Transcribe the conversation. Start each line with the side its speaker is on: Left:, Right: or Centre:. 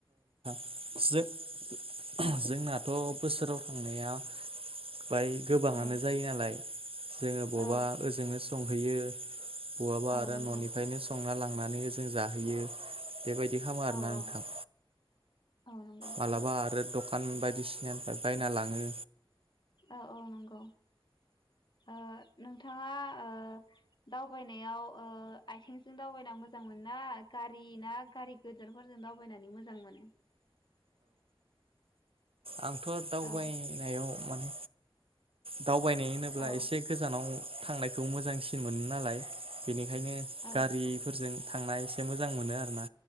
Right: जों-जोंनाथ बोसोराव थांनाया बाय गोबाङानो
Left: औ
Right: जायो नालाय जोङो बबा
Left: औ
Right: ओजोंनो स संहैयो बआबा
Left: औ
Right: आरो
Left: नंगौ
Right: ननिफ्रायनो संना लां थांनानै ओजों जाहोयो। बेबायदि खामो आरोना
Left: औ औ
Right: नोंथां।
Left: औ नंगौ ओ
Right: मालाबा आरो दखान बायदिसिना निफ्राय बायना लाङो
Left: औ औ नंगौ ओ नोंथाङा ओ दावबायनायाव ओ आथिंजों दावबायना मोजां मोन ना गारि ना गारि गोदोरफोरजों दावबायनानै मोजां मोनो
Right: आंथ‌ दावबायनायाव
Left: औ
Right: माने दावबायनाय होनोब्ला
Left: औ
Right: एसे गोजानाव थांनायखौ मोजांसिन मोनो नालाय बेनि बेनिखायनो
Left: औ
Right: गारिफोरजों थांना एसे मोजां मोनो आरोना